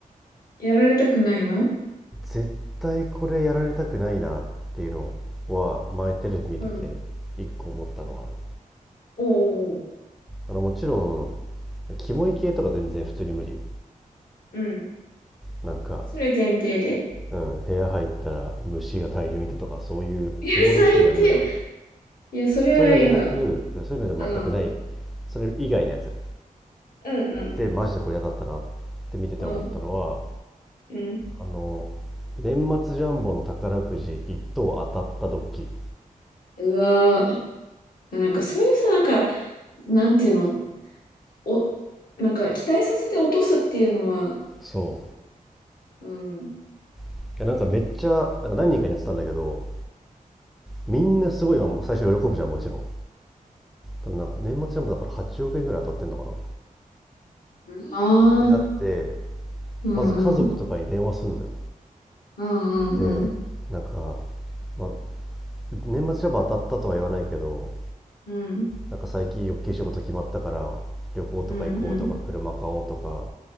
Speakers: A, on the left; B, in the centre.
A: やられたくないの
B: 絶対これやられたくないなっていうのは前テレビ見てて一個思ったのはある。
A: うん。おうおうおう。
B: あのもちろん、キモい系とか全然普通に無理よ。
A: うん。
B: なんか、
A: それ前提で。
B: うん、部屋入ったら虫が大量にいたとかそういうキモドッキリは無理よ。
A: いや、最低。いや、それは嫌だ。
B: そういうのじゃなくそういうのじゃ全くない
A: うん。
B: それ以外のやつっ
A: うんうん。
B: てマジでこれ嫌だったなって見てて思ったのは
A: うん。うん。
B: あの年末ジャンボの宝くじ1等当たったドッキリ
A: うわー。なんかそういうさ、なんか、なんていうのお、なんか期待させて落とすっていうのは、
B: そう
A: うん。
B: いやなんかめっちゃなんか何人かにやってたんだけどみんなすごいわ最初喜ぶじゃんもちろん多分なんか年末ジャンボだから8億円ぐらい当たってんのかなっ
A: うんああ、
B: てなって
A: うんうん、
B: まず家族とかに電話すんのよ
A: うんうんうん、
B: でなんか、まあ、年末ジャンボ当たったとは言わないけど
A: うん、
B: なんか最近大きい仕事決まったから旅行とか行こうとか車買おうとか
A: うんうん、